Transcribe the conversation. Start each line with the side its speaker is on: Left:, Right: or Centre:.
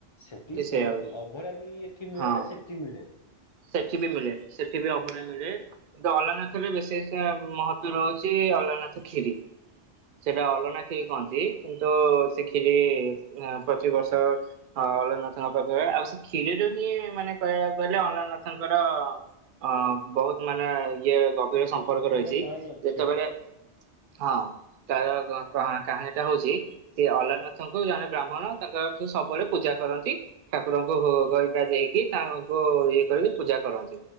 Left: ସେଠି ସେମ୍ତି
Right: ସେଇଆ ହୁଏ
Left: ଅବଢ଼ା ବି ଏଠି ମିଳେନା
Right: ହଁ
Left: ସେଠି ମିଳେ।
Right: ସେଠି ବି ମିଳେ ସେଠି ବି ଅବଢ଼ା ମିଳେ ତ ଅଲାନାଥରେ ବେଶୀ ସେ ମହତ୍ବ ରହୁଛି ଅଲାରନାଥ କ୍ଷୀରି। ସେଟା ଅଲଣା ଖିରି କୁହନ୍ତି କିନ୍ତୁ ସେ ଖିରି ପ୍ରତିବର୍ଷ ହଁ ଅଲରାନାଥଙ୍କ ପାଖରେ ଆଉ ସେ କ୍ଷୀରିରେ ବି ମାନେ କହିବାକୁ ଗଲେ ଅଲାରନାଥ ତାଙ୍କର ଅ ବହୁତ ମାନେ ଇଏ ଗଭୀର ସମ୍ପ ସମ୍ପର୍କ
Left: ଗୋଟେ
Right: ରହିଚି
Left: ମହାନ ଅଛି
Right: ଯେତେବେଳେ
Left: ଆ
Right: ହଁ ତାର କ କାହାଣୀ ଟା ହଉଚି। ସିଏ ଅଲାରନାଥଙ୍କୁ ଜଣେ ବ୍ରାହ୍ମଣ ତାଙ୍କର ସବୁବେଳେ ପୂଜା କରନ୍ତି। ଠାକୁରଙ୍କୁ ଭୋଗ ହେରିକା ଦେଇକି ତାଙ୍କୁ ଇଏ କରିକି ପୂଜା କରନ୍ତି।